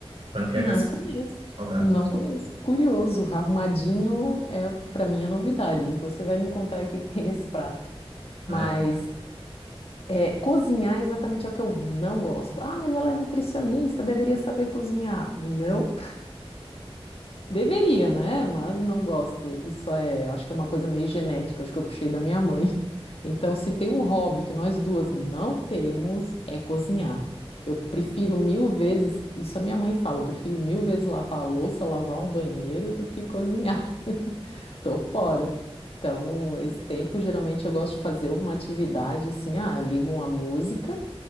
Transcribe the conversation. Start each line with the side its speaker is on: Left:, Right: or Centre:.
Right: Panqueca
Left: Não
Right: assim,
Left: conheço.
Right: salgada.
Left: Não conheço. Curioso, arrumadinho é para mim a novidade. Depois você vai me contar aí o que que tem nesse prato.
Right: Ah,
Left: Mas
Right: é.
Left: é, cozinhar exatamente é o que eu não gosto. Ah, mas ela é nutricionista, deveria saber cozinhar. Não. Deveria, né? Mas não gosto. Isso é, acho que é uma coisa meio genética, acho que eu puxei da minha mãe. <laughs> Então, se tem um hobby que nós duas não temos, é cozinhar. Eu prefiro mil vezes, isso a minha mãe fala, eu prefiro mil vezes lavar a louça, lavar um banheiro do que cozinhar. <laughs> Tô fora. Então, esse tempo, geralmente eu gosto de fazer alguma atividade assim, ah, ligo uma música.